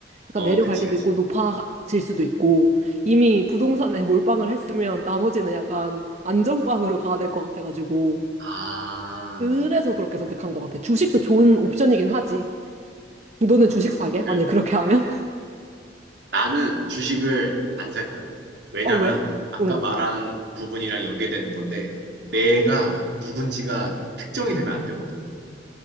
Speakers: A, on the right; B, on the right.
A: 약간
B: 어,
A: 내려갈
B: 그치,
A: 때도
B: 그치.
A: 있고 높아질 수도 있고 이미 부동산에 <laughs> 몰빵을 했으면 나머지는 약간 안전빵으로 가야 될 것 같아가지고
B: 아,
A: 그래서 그렇게 선택한 것 같아. 주식도 좋은 옵션이긴 하지. 너는
B: 아,
A: 주식 사게?
B: 그,
A: 만약에 그렇게 하면? <laughs>
B: 나는 주식을 안 살 거야. 왜냐면,
A: 어 왜?
B: 아까
A: 응.
B: 말한 부분이랑 연계되는 건데, 내가 누군지가 특정이 되면 안 되거든.